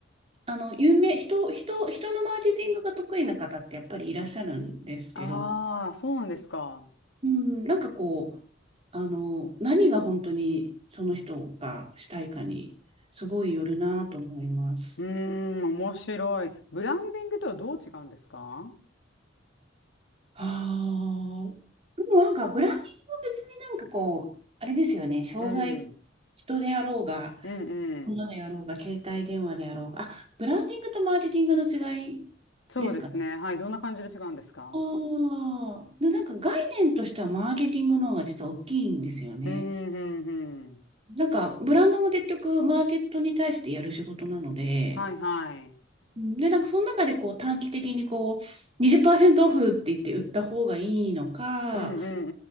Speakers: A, on the right; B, on the left.
A: あの、有名、人、人、人のマーケティングが得意な方ってやっぱりいらっしゃるんですけど、
B: ああ、そうなんですか。
A: うん、なんかこう、あの、何が本当にその人がしたいかに、すごいよるなと思います。
B: うーん、面白い。ブランディングとはどう違うんですか
A: ああ、でもなんか、ブランディングは別になんかこう、あれですよね、商材、
B: うん、
A: 人であろうが、
B: うん、うん。
A: ものでやろうが、携帯電話でやろうが。あ、ブランディングとマーケティングの違い
B: そうですね。
A: ですかね
B: はい。どんな感じで違うんですか
A: ああ、でなんか概念としてはマーケティングの方が実は大きいんですよね。
B: うん、うん、うん。
A: なんかブランドも結局マーケットに対してやる仕事なので、
B: はい、はい。
A: うんで、なんかその中でこう短期的にこう20%オフって言って売った方がいいのか、
B: うん、うん、